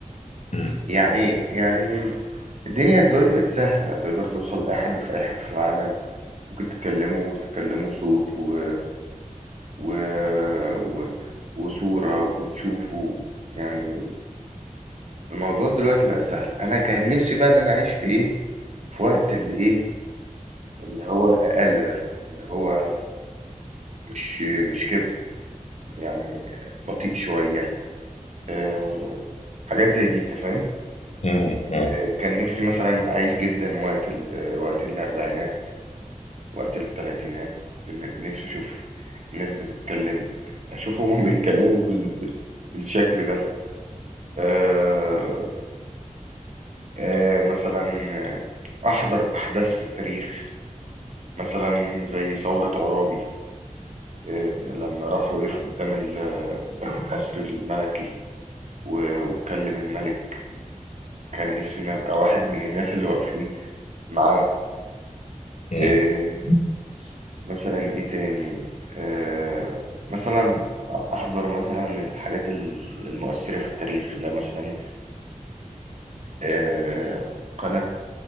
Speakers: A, on the left; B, on the right.
A: مم.
B: يعني إيه؟ يعني الدنيا دلوقتي بقت سهلة، تقدر توصل لأي حد في أي حتّة في العالم، ممكن تكلّمه وتكلّمه صوت و و و وصورة وتشوفه، يعني الموضوع دلوقتي بقى سهل. أنا كان نِفْسي بقى إن أنا أعيش في إيه، في وقت الإيه، اللي هو أقل ده اللي هو مش مش كده يعني بطيء شوية أه حاجات زي دي أنت فاهم
A: مم. مم.
B: أه كان نفسي مثلا أعيش جدا وقت ال وقت الأربعينات وقت التلاتينات كنت ن- نفسي أشوف الناس بتتكلم أشوف هما بيتكلموا بال بالشكل ده أه أه مثلا آه، أحضر أحداث في التاريخ مثلا زي ثورة عرابي إيه، لما راح وقف قدام ال- قدام القصر الملكي و- واتكلم الملك كان نفسي ان ابقى واحد من الناس اللي واقفين معاه
A: مم.
B: إيه، مثلا ايه تاني آه، مثلا احضر مثلا الحاجات ال- المؤثرة في التاريخ اللي هي مثلا آه، قناة